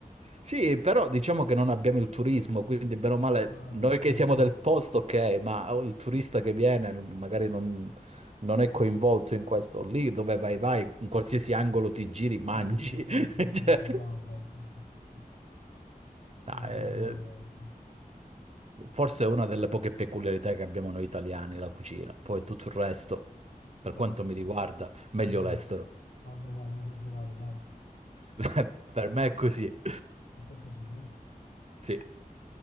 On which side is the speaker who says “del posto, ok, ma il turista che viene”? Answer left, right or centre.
Right